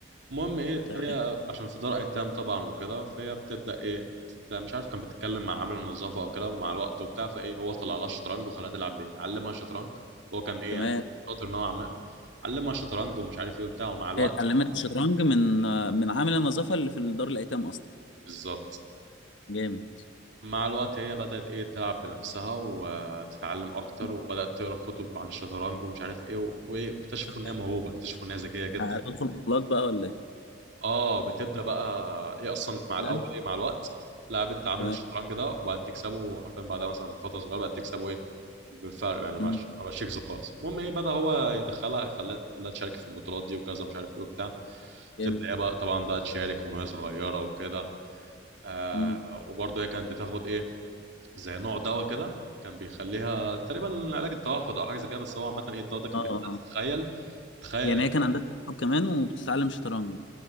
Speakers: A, on the right; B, on the left.
A: المهم ايه
B: تمام
A: هي عشان في دار ايتام طبعا وكده فهي بتبدا ايه تت- مش عارف كان بتتكلم مع عامل النظافه او كده مع الوقت وبتاع فايه هو طلع لها شطرنج وخلاها تلعب بيه علمها شطرنج هو كان ايه
B: تمام
A: يعني شاطر نوعا ما علمها شطرنج ومش عارف ايه وبتاع ومع الوقت
B: هي اتعلمت الشطرنج من من عامل النظافه اللي في دار الايتام اصلا
A: بالظبط
B: جامد
A: مع الوقت هي بدأت ايه تلعب بنفسها وتتعلم اكتر
B: مم.
A: وبدأت تقرا كتب عن الشطرنج ومش عارف ايه و- وايه واكتشفوا
B: تمام
A: ان هي موهوبة اكتشفوا ان هي ذكية جدا
B: هتدخل بطولات بقى ولا ايه
A: اه بتبدأ بقى ايه اصلا مع الاول
B: تمام
A: ايه مع الوقت لعبت تعامل
B: تمام
A: الشطرنج ده وبقت تكسبه حرفيا بعدها مثلا فترة صغيرة بقت تكسبه ايه بفرق يعني ما بقاش
B: مم.
A: ما بقاش يكسب خالص المهم ايه بدأ هو يدخلها خلاها لا تشارك في البطولات دي وكذا مش عارف ايه وبتاع
B: جامد
A: تبدأ ايه بقى طبعا بقى تشارك وهي صغيرة وكده آه
B: مم.
A: وبرضه هي كانت بتاخد ايه زي نوع دواء كده كان بيخليها تقريبا علاج التوحد او حاجه زي كده بس هو عامه ايه الدواء ده كان
B: اه آه.
A: بيخليها تتخيل تخيل
B: يعني هي كان عندها صحاب كمان وبتتعلم شطرنج